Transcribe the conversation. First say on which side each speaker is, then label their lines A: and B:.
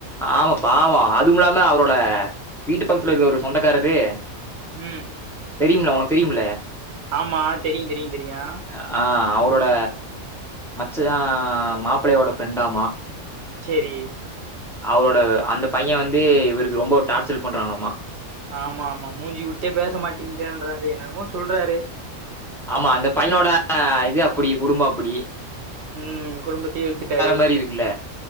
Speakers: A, in the centre; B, on the right (about 60°).
A: ஆமாப்பா அதுவு இல்லாம அவரோட வீட்டு பக்கத்துல இருக்க ஒரு சொந்தக்காரது
B: உ
A: தெரியும்ல்ல ஒனக்கு தெரியும்ல்ல
B: ஆமா தெரியுந் தெரியுந் தெரியு
A: ஆ அவரோட மச்சா மாப்பிளயோட ஃப்ரெண்டாமா
B: செரி
A: அவரோட அந்த பையே வந்து இவருக்கு ரொம்ப டார்ச்சரு பண்றானாமா
B: ஆமா ஆமா மூஞ்சி குடுத்தே பேச மாட்டேங்றன்றாரு என்னமோ சொல்றாரு
A: ஆமா அந்த பையனோட இது அப்படி குடும்போஅப்டி
B: உ குடும்பத்தையே இழுத்துட்டாரு
A: மாரி இருக்குல்ல.